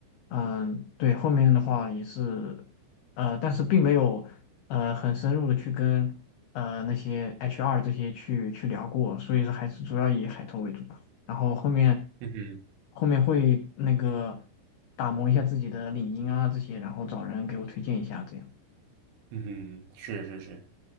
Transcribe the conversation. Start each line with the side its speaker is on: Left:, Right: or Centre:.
Left: 嗯，对，后面的话也是呃，但是并没有呃很深入的去跟呃那些 HR 这些去去聊过，所以说还是主要以海投为主。然后后面
Right: 嗯哼，
Left: 后面会那个打磨一下自己的领英啊这些，然后找人给我推荐一下这样。
Right: 嗯哼，是是是。